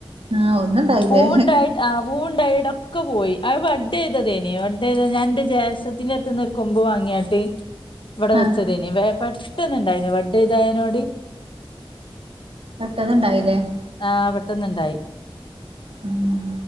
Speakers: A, on the right; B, on the left.
A: ആഹ് ഒന്നുണ്ടായില്ലേ
B: പൂവുണ്ടായിട്ട് ആ പൂവുണ്ടായിടൊ ഒക്കെ പോയി അയ് വഡെയ്തതേനി വഡെയ്ത ഞാനന്റെ ജേഷ്ടത്തിന്റെടുത്തുന്ന് ഒരു കൊമ്പ് വാങ്ങിയാട്ടി ഇവടെ
A: ആഹ്
B: വെച്ചതേനി <unintelligible> തിന്നുണ്ടായിന വഡേതായനോടി
A: പെട്ടന്നുണ്ടായിലെ <inaudible>
B: ആ പെട്ടന്നുണ്ടായി
A: ഉം